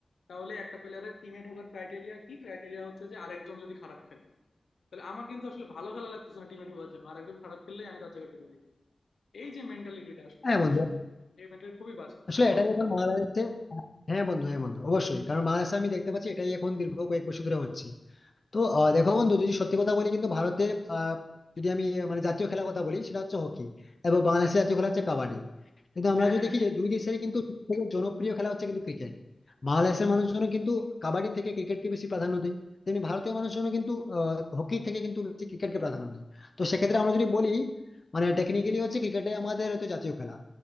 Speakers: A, on the left; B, on the left.
A: তাহলে একটা প্লেয়ারের টিমে ঢোকার ক্রাইটেরিয়া কি ক্রাইটেরিয়া হচ্ছে যে আরেকজন যদি খারাপ খেলে তাহলে আমার কিন্তু আসলে ভালো খেলা লাগতেছে না টিমে ঢোকার জন্য আরেকজন খারাপ খেললেই আমি তার জায়গায় ঢুকে যাই এই যে মেন্টালিটিটা আসলে
B: হ্যাঁ বন্ধু
A: এই মেন্টালিটি খুবই বাজে
B: আসলে
A: কি
B: এটাই
A: বলো
B: এখন মহারাষ্ট্রে হ্যাঁ বন্ধু হ্যাঁ বন্ধু অবশ্যই কারণ মহারাষ্ট্রে আমি দেখতে পাচ্ছি এটাই এখন দীর্ঘ কয়েক বছর ধরে হচ্ছে তো আহ, দেখো বন্ধু যদি সত্যি কথা বলি কিন্তু ভারতের আহ, যদি আমি আহ, মানে জাতীয় খেলার কথা বলি সেটা হচ্ছে হকি এবং বাংলাদেশের জাতীয় খেলা হচ্ছে কাবাডি কিন্তু আমরা
A: হ্যাঁ
B: যদি
A: হ্যাঁ
B: দেখি
A: হ্যাঁ
B: যে দুই দেশের কিন্তু সবথেকে জনপ্রিয় খেলা হচ্ছে কিন্তু ক্রিকেট বাংলাদেশের মানুষজন কিন্তু কাবাডি থেকে ক্রিকেটকে বেশি প্রাধান্য দেয় তেমনি ভারতীয় মানুষজন কিন্তু হকি থেকে কিন্তু বেশি ক্রিকেটকে প্রাধান্য দেয় তো সেক্ষেত্রে আমরা যদি বলি মানে টেকনিক্যালি হচ্ছে ক্রিকেটে আমাদের হয়তো জাতীয় খেলা